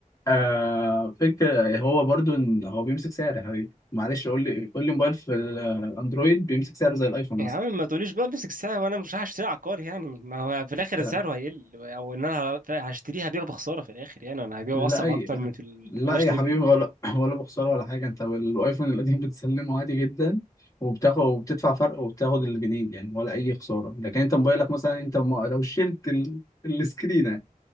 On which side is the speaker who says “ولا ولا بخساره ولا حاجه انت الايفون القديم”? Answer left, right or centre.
Left